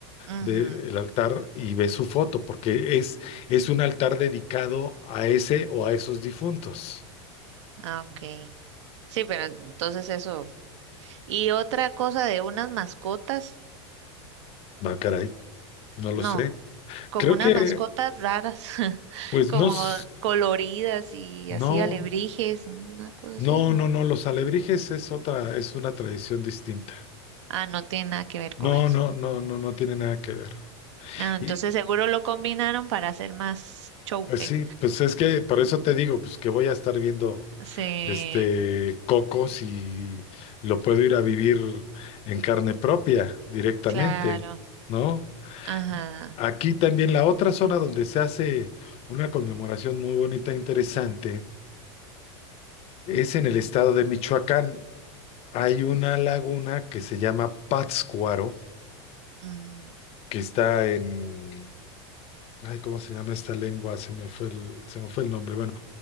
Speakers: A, on the right; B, on the left.
A: mhm
B: de, el altar y ves su foto, porque es, es un altar dedicado a ese o a esos difuntos.
A: Ah, ok. Sí, pero entonces eso. Y otra cosa de unas mascotas,
B: Va, caray, no
A: no.
B: lo sé.
A: como
B: Creo
A: unas
B: que,
A: mascotas raras, <laughs>
B: pues
A: como
B: no, s-
A: coloridas y
B: no,
A: así alebrijes, una cosa
B: no,
A: así, no.
B: no, no, los alebrijes es otra, es una tradición distinta.
A: Ah, no tiene nada que ver
B: No,
A: con eso.
B: no, no, no, no tiene nada que ver.
A: Ah, entonces
B: Y,
A: seguro lo combinaron para hacer más show.
B: pues
A: eh.
B: sí, pues es que por eso te digo, pues que voy a estar viendo
A: Sí,
B: este Coco si lo puedo ir a vivir en carne propia directamente,
A: claro.
B: ¿no?
A: Ajá.
B: Aquí también la otra zona donde se hace una conmemoración muy bonita e interesante es en el estado de Michoacán. Hay una laguna que se llama Pátzcuaro,
A: Mm,
B: que está en... Ay, ¿cómo se llama esta lengua? Se me fue el, se me fue el nombre. Bueno,